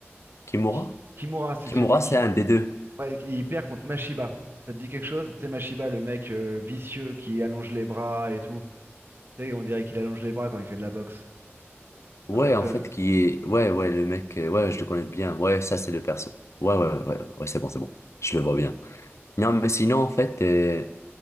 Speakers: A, on the left; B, on the right.
A: Kimura?
B: Ki- Kimura, c'est
A: Kimura,
B: celui qui...
A: c'est un des deux.
B: Ouais, il perd contre Mashiba. Ça te dit quelque chose? Tu sais, Mashiba, le mec euh, vicieux qui allonge les bras et tout. Tu sais, on dirait qu'il allonge les bras quand il fait de la boxe.
A: Ouais,
B: Un peu que...
A: en fait, qui est... Ouais, ouais, le mec, euh, ouais, je le connais bien. Ouais, ça, c'est le perso. Ouais, ouais, ouais, ouais, c'est bon, c'est bon. Je le vois bien. Non, mais sinon, en fait, euh,